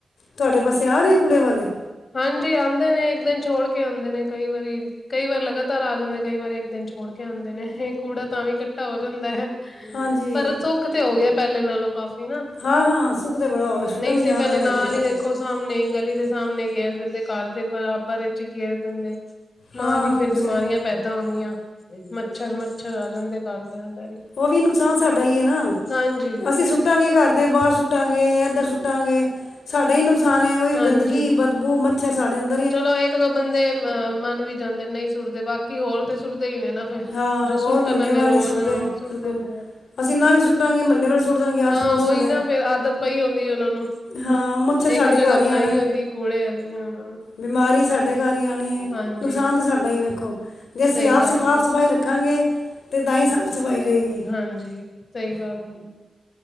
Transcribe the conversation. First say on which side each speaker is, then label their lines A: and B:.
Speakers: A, on the left; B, on the left.
A: ਤੁਹਾਡੇ ਪਾਸੇ ਆ ਰਹੇ ਕੂੜੇ ਵਾਲੇ।
B: ਹਾਂਜੀ ਆਂਦੇ ਨੇ, ਇੱਕ ਦਿਨ ਛੋੜ ਕੇ ਆਂਦੇ ਨੇ, ਕਈ ਵਾਰੀ। ਕਈ ਵਾਰ ਲਗਾਤਾਰ ਆ ਜਾਂਦੇ, ਕਈ ਵਾਰ ਇੱਕ ਦਿਨ ਛੋੜ ਕੇ ਆਂਦੇ ਨੇ, ਇਹ ਕੂੜਾ ਤਾਂ ਵੀ ਇਕੱਠਾ ਹੋ ਜਾਂਦਾ ਐ।
A: ਹਾਂਜੀ
B: ਪਰ ਸੁੱਖ ਤੇ ਹੋ ਗਿਆ, ਪਹਿਲੇ ਨਾਲੋਂ ਕਾਫੀ ਨਾ।
A: ਹਾਂ-ਹਾਂ ਸੁੱਖ ਤਾਂ ਬੜਾ
B: ਹਮ
A: ਹੋ ਗਿਆ, ਸੁੱਟਣ
B: ਨਹੀਂ
A: ਨੀ
B: ਤੇ
A: ਜਾਣਾ
B: ਪਹਿਲੇ
A: ਪੈਂਦਾ
B: ਨਾਲ
A: ਕਿਧਰੇ।
B: ਹੀ ਦੇਖੋ ਸਾਹਮਣੇ ਗਲੀ ਦੇ ਸਾਹਮਣੇ ਗੇਰ ਦਿੰਦੇ, ਘਰ ਦੇ ਬਰਾਬਰ ਵਿੱਚ ਹੀ ਗੇਰ ਦਿੰਦੇ। ਨਾਲ
A: ਹਾਂ
B: ਹੀ ਫੇਰ ਬਿਮਾਰੀਆਂ
A: ਸਹੀ
B: ਪੈਦਾ ਹੁੰਦੀਆਂ, ਮੱਛਰ- ਮੱਛਰ ਆ ਜਾਂਦੇ ਘਰ ਦੇ ਅੰਦਰ ਹੀ।
A: ਉਹ ਵੀ ਨੁਕਸਾਨ ਸਾਡਾ ਹੀ ਹੈ ਨਾ,
B: ਹਾਂਜੀ
A: ਅਸੀਂ ਸੁੱਟਾਂਗੇ ਘਰ ਦੇ ਬਾਹਰ ਸੁੱ ਸੁੱਟਾਂਗੇ ਏਧਰ ਸੁੱਟਾਂਗੇ, ਸਾਡਾ ਹੀ ਨੁਕਸਾਨ ਐ,
B: ਹਾਂਜੀ
A: ਗੰਦਗੀ, ਬਦਬੂ ਮੱਛਰ ਸਾਡੇ ਅੰਦ
B: ਚਲੋ ਇੱਕ ਦੋ ਬੰਦੇ ਅ ਮੰਨ ਵੀ ਜਾਂਦੇ ਨੇ ਨਹੀਂ ਸੁੱਟਦੇ, ਬਾਕੀ ਹੋਰ ਤੇ ਸੁੱਟਦੇ ਹੀ ਨੇ ਨਾ। ਫੇਰ
A: ਹਾਂ
B: ਜੋ
A: ਹੋਰ
B: ਸੁੱਟਣ
A: ਮਹੱਲੇ
B: ਵਾਲੇ ਰੋਜ਼
A: ਸੁੱਟਦੇ
B: ਆਂ, ਉਹ ਸੁੱਟਦੇ
A: ਬਿਲਕੁਲ
B: ਨੇ।
A: ਅਸੀਂ ਨਾ ਵੀ ਸੁੱਟਾਂਗੇ ਮਹੱਲੇ ਵਾਲੇ ਸੁੱਟ ਦੇਣਗੇ ਆਸ
B: ਹਾਂ
A: ਪੜੋਸ
B: ਉਹੀ
A: ਵਾਲੇ
B: ਨਾ, ਫੇਰ ਆਦਤ ਪਈ ਹੁੰਦੀ ਆ ਉਹਨਾ ਨੂੰ।
A: ਹਾਂ ਮੱਛਰ ਸਾਡੇ
B: ਇੱਕ ਜਗ੍ਹਾ
A: ਘਰ ਹੀ
B: ਬਣਾਈ
A: ਆਉਣਾ
B: ਹੁੰਦੀ ਕੂੜੇ ਆਲੀ, ਹਾਂ।
A: ਬਿਮਾਰੀ ਸਾਡੇ ਘਰ ਹੀ ਆਣੀ ਏ,
B: ਹਾਂਜੀ
A: ਨੁਕਸਾਨ ਤਾਂ ਸਾਡਾ ਹੀ ਵੇਖੋ, ਜੇ ਅਸੀਂ
B: ਸਹੀ
A: ਆਪ
B: ਗੱਲ
A: ਸਫਾ
B: ਹੈ
A: ਸਫ਼ਾਈ ਰੱਖਾਂਗੇ, ਤੇ ਤਾਂ ਹੀ ਸਾਫ਼ ਸਫ਼ਾਈ ਰਹੇਗੀ।
B: ਹਾਂਜੀ ਸਹੀ ਗੱਲ,